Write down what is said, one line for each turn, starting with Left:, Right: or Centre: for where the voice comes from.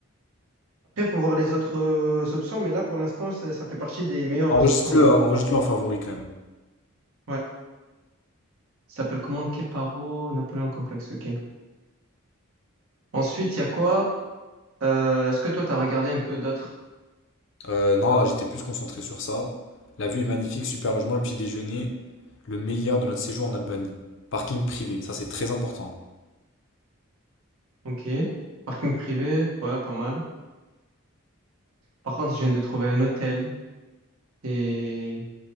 Right: Après, il faut voir les autres euh, options, mais là, pour l'instant, ça, ça fait partie des meilleures
Left: Enregistre-le,
Right: options, là.
Left: hein, enregistre-le en favori quand même.
Right: Ouais. Ça s'appelle comment? Keparo, Napoléon Complexe, ok. Ensuite, il y a quoi? Euh, est-ce que toi, tu as regardé un peu d'autres?
Left: Euh, non, là, j'étais plus concentré sur ça. La vue est magnifique, super logement, le petit déjeuner, le meilleur de notre séjour en Albanie. Parking privé, ça c'est très important.
Right: Ok. Parking privé, ouais, pas mal. Par contre, je viens de trouver un hôtel. Et...